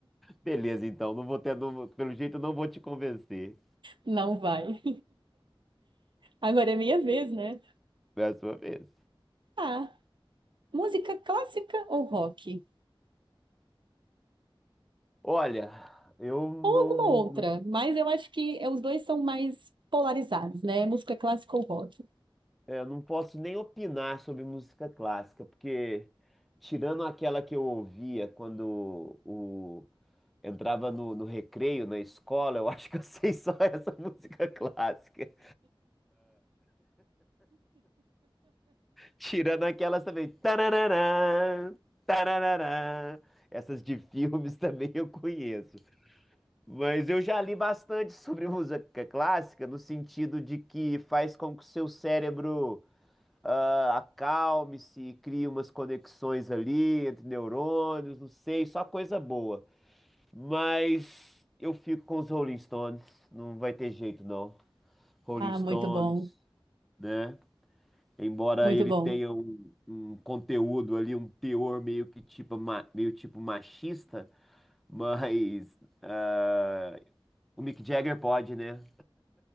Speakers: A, in the centre; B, on the right.
A: Beleza, então. Não vou ter, não- pelo jeito, não vou te convencer.
B: Não vai. Agora é minha vez, né?
A: É a sua vez.
B: Ah, música clássica ou rock?
A: Olha, eu não,
B: Ou alguma outra,
A: não,
B: mas eu acho que é- os dois são mais polarizados, né? Música clássica ou rock?
A: É, eu não posso nem opinar sobre música clássica, porque tirando aquela que eu ouvia quando o, entrava no, no recreio na escola, eu <laughs> acho que eu <laughs> sei só essa música clássica. Tirando aquelas também. Tarararã, tarararã. Essas de filmes <laughs> também eu conheço. Mas eu já li bastante sobre música clássica, no sentido de que faz com que o seu cérebro. Ah, acalme-se, crie umas conexões ali entre neurônios, não sei, só coisa boa. Mas eu fico com os Rolling Stones, não vai ter jeito não. Rolling
B: Ah,
A: Stones,
B: muito bom,
A: né? Embora
B: muito
A: ele
B: bom.
A: tenha um, um conteúdo ali, um teor meio que tipo, ma- meio tipo machista, mas ah, o Mick Jagger pode, né?